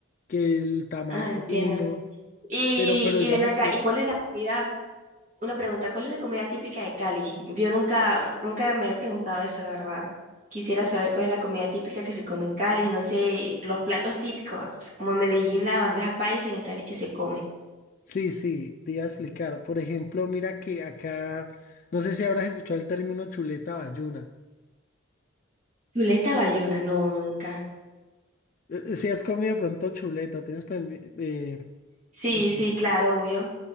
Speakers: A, on the left; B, on the right.
A: que el tamal
B: Ah,
A: bayuno.
B: entiendo. Y,
A: Digamos
B: y ven acá,
A: que...
B: ¿y cuál es la comida? Una pregunta, ¿cuál es la comida típica de Cali? Yo nunca, nunca me he preguntado eso, la verdad. Quisiera saber cuál es la comida típica que se come en Cali, no sé, los platos típicos, como en Medellín la bandeja paisa y en Cali que se come.
A: Sí, sí, te iba a explicar. Por ejemplo, mira que acá, no sé si habrás escuchado el término chuleta bayuna.
B: Chuleta bayuna, no, nunca.
A: Eh, eh, Si has comido de pronto chuleta, tienes pendiente... Eh,
B: Sí,
A: entonces
B: sí, claro, obvio.